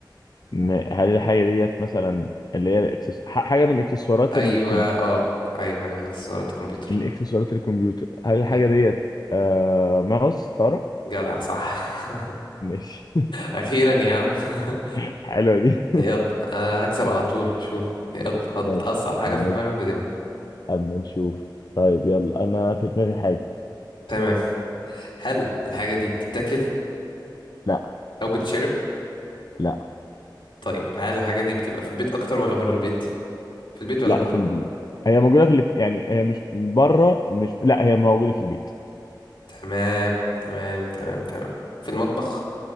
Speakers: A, on the left; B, on the left.
A: م- هل الحاجه ديت مثلا اللي هي الإكسس... ح- حاجه من اكسسوارات
B: ايوه
A: الكم...
B: اه ايوه حاجة من اكسسوارات الكمبيوتر
A: من اكسسوارات الكمبيوتر هل الحاجه
B: مم.
A: ديت آه... ماوس فاره
B: جدع صح <laughs>
A: ماشي
B: اخيرا يا عم <laughs>
A: <laughs> حلوه دي
B: يلا انا هكسب على طول شوف يلا حط
A: ماشي
B: اصعب حاجة
A: اما
B: في دماغك واجيبها
A: اما نشوف طيب يلا انا في دماغي حاجه
B: تمام هل الحاجة دي بتتاكل
A: لا
B: او بتشرب
A: لا
B: طيب هل الحاجة دي بتبقى في البيت اكتر ولا بره البيت في البيت ولا
A: لا
B: بره
A: في البيت هي موجوده في الات... يعني هي مش بره مش لا هي موجوده في البيت
B: تمام تمام تمام تمام في المطبخ